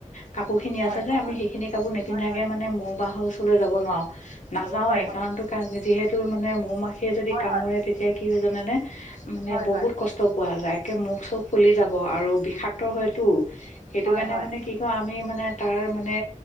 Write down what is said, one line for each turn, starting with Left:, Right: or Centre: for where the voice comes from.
Left: কাপোৰ খিনি
Right: হয়
Left: আছে যে
Right: হয়
Left: আমি
Right: হয়
Left: সেইখিনি কাপোৰ নিপিন্ধাকে
Right: হয়
Left: মানে মৌ বাহৰ। ওচৰলৈ যাব নোৱাৰো নাযাওঁ
Right: হয় হয়
Left: একাউন্ট কাহ যিহেতু মানে মৌ। যদি
Right: হয়
Left: কামোৰে তেতিয়া কি হয় জানে নে। মানে
Right: হয়
Left: বহুত
Right: হয় হয়
Left: কষ্ট পোৱা যায়। কে মুখ চুখ ফুলি যাব আৰু বিশাক। ক্ত হয়। চু। সেইটো
Right: হয় হয় হয়
Left: কাৰণে
Right: হয়
Left: মানে কি কওঁ আমি মানে। তাৰ মানে।